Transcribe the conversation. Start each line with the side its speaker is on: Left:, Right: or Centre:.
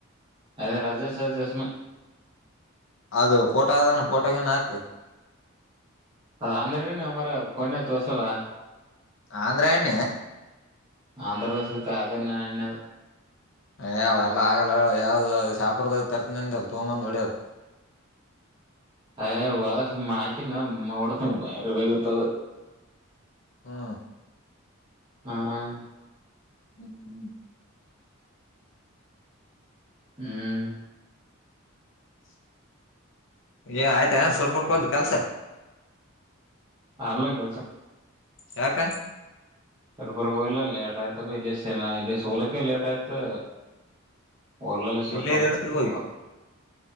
Right: ಅದ ರಾಜೇಶ ಚಸ್ಮಾ.
Left: ಅದು ಪೋಟೋ ಅದಾನ ಪೋಟಗನ್ ಹಾಕ್.
Right: ಅದ ಅಂದ್ರೇನು ಮರ ಪೊನ ತೋಸಲ್ಲ.
Left: ಆಂಧ್ರಾ ಎಣ್ಣೆ.
Right: ಆಂಧ್ರ ಪ್ರೇಶ ತಧ ಅದು ಎಣ್ಣಿ ಅದ.
Left: ಯಾವ್ ಎಲ್ಲ ಆಗಲ್ಲ ಹೇಳ ಯಾವ್ದ ಶಾಹಾಪೂರದಾಗ ತರ್ಕ ನಿಂದಿಲ್ಲ ತುಂಬಂದ ಹೊಡ್ಯೋದು.
Right: ಅಯ ವಳ ಆಯ್ದ ಮಡತ ಬಯರೆ ಬರ್ತ.
Left: ಹಾ.
Right: ಹ್ಮ್
Left: ಹ್ಮ್ ಹ್ಮ್
Right: ಹ್ಮ್
Left: ಏ ಆಯ್ತಾ ಸೂರಪುರ್ ಕ್ಕೆ ಹೋದ್ ಕೆಲಸ.
Right: ಅಲ್ಲೇ ಕೆಲಸ
Left: ಯಾಕ
Right: ಸೂರಪುರ್ ಹೋಗಿಲ್ಲ ಲೇಟ್ ಆಯ್ತು ತಗೋ ಇಲ್ಲಿ ಇಲ್ಲಿ ಸೋಲಕ್ಕೆ ಲೇಟ್ ಆಯ್ತು. ಒಳ್ಳಲ್ಲ ಸೂರಪುರ್
Left: ಇಲ್ಲೇ ಇದಾಡ್ತಿವಿ ಹೋಗಿ
Right: ಕ